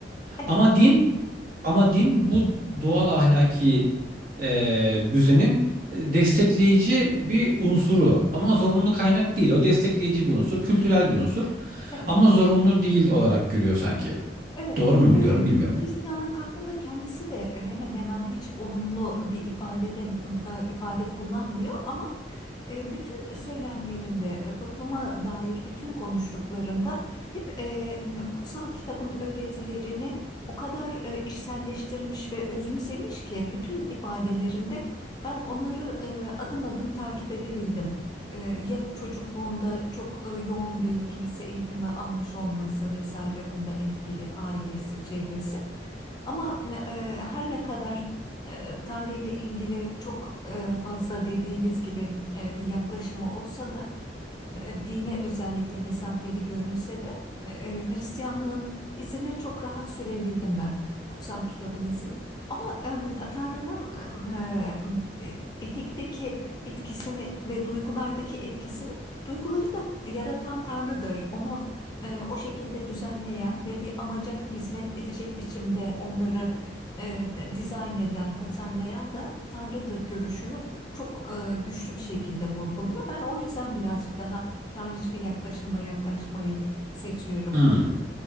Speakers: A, on the left; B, on the right.
A: evet,
B: ama din ama din bu doğal ahlaki e, düzenin e, destekleyici bir unsuru. Ama zorunlu kaynak değil. O destekleyici bir unsur, kültürel bir unsur.
A: evet.
B: Ama zorunlu değil olarak görüyor sanki.
A: Evet,
B: Doğru mu
A: doğru.
B: biliyorum bilmiyorum.
A: Hristiyanlık hakkında kendisi de e, hemen hemen hiç olumlu bir ifadede e, ifade kullanmıyor ama e, bütün söylemlerinde, e, topluma dair bütün konuştuklarında hep e, kutsal kitabın öğretilerini o kadar e, içselleştirmiş ve özümsemiş ki bütün ifadelerinde ben onları e, adım adım takip edebildim. Ee, ya çocukluğunda çok e, yoğun bir kilise eğitimi almış olması vesaire bunda etkili ailesi, çevresi. Ama e, her ne kadar e, Tanrı ile ilgili çok e, fazla dediğiniz gibi e, bir yaklaşımı olsa da e, dine özellikle mesafeli görünse de e, Hristiyanlığın izine çok rahat sürebildim ben. Kutsal kitabın izini. Ama e, Tanrı'nın e, e, etikteki etkisini ve duygulardaki etkisini, duyguları da yaratan Tanrı'dır. Onu e, o şekilde düzenleyen ve bir amaca hizmet edecek biçimde onları e, dizayn eden, tasarlayan da Tanrı'dır görüşünü çok e, güçlü bir şekilde vurguluyor. Ben o yüzden birazcık daha tanrıcı bir yaklaşımla yaklaşmayı seçiyorum.
B: Hmm.